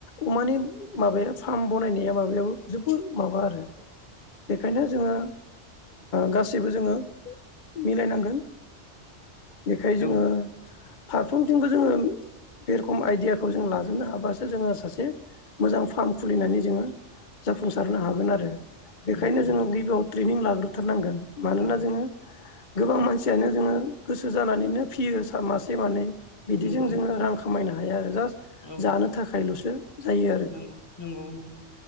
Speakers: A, on the left; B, on the left.
A: अमानि माबाया फार्म बनायनाया माबो जोबोर माबा आरो बेखायनो जोङो गासैबो जोङो मिलायनांगोन बेखाय जोङो
B: औ
A: फारफ्रोमथिंबो जोङो बे रखम आइदियाखौ जोङो लाजोबनो हाबासो जोङो सासे मोजां फार्म खुलिनानै जोङो जाफुंसारनो हागोन आरो बेखायनो
B: नंगौ नोंथां
A: जोङो गिबियाव ट्रेनिं लाग्रोथारनांगोन। मानोना
B: औ
A: जोङो गोबां मानसियानो जोङो गोसो जानानैनो फियो मासे मानै बिदिजों
B: नंगौ
A: जोङो रां खामायना हाया आरो जास
B: औ
A: जानो थाखायल'स जायो
B: नंगौ नंगौ नंगौ